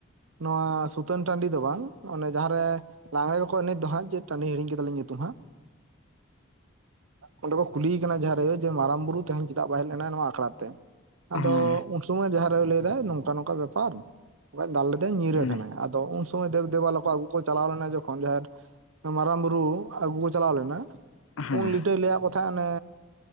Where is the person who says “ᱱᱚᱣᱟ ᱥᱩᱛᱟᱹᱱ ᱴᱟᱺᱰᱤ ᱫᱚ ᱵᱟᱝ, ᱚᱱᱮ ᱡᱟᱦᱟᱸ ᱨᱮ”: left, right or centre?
Right